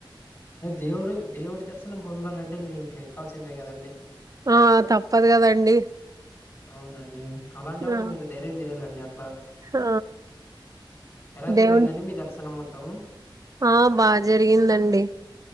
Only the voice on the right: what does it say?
ఆ! తప్పదు కదండి
ఆ
ఆ
దేవుని
ఆ బాగా జరిగిందండి